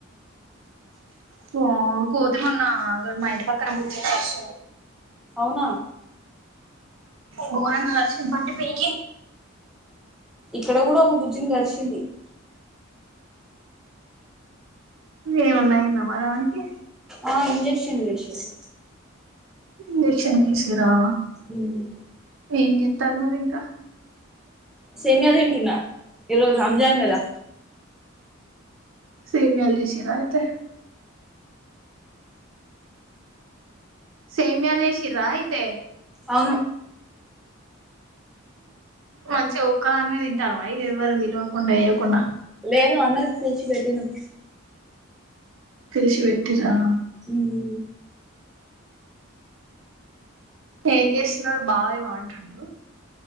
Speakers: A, on the right (about 65°); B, in the centre.
A: పో కోతి మన్న మా ఇంటి పక్కన బుద్ధ మరిచంది
B: అవునా
A: బోరంగార్ష పట్టు పెయ
B: ఇక్కడ కూడా ఒక బుజ్జుని గరిసింది
A: ఏమన్నా అయిందా మరి ఆమెకి
B: ఆ ఇంజెక్షన్లేసిర్రు
A: ఇంజెక్షన్ ఏసిర్రా
B: హ్మ్
A: ఏం జేత్తారు మరి ఇంకా
B: సేమియా తింటున్నా ఈరోజు రంజాన్ గదా
A: సేమ్యాల్ జేశిరా అయితే సైమ్యాల్జేషిరా అయితే
B: అవును
A: మంచిఅ ఒక్క దాన్వే తింటానవా ఇగ ఎవరు విలువకుండా వేయ్యకుండా
B: నేను అందరికి పిలిచిపెట్టినమ్
A: తెరిచి వెట్టిర్రా?
B: మ్మ్
A: ఏం చేస్తున్నాడు బావేమో అంటుండు